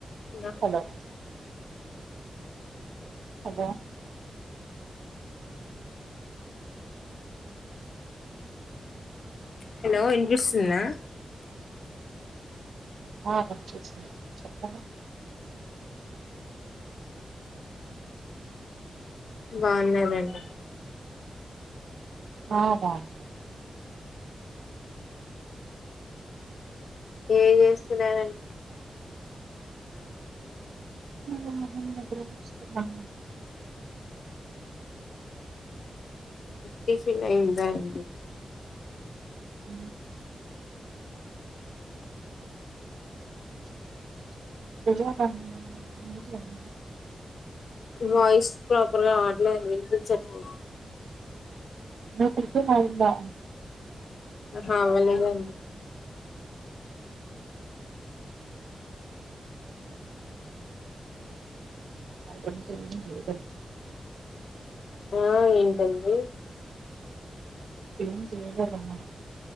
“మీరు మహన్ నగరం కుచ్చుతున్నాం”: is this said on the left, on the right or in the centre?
Right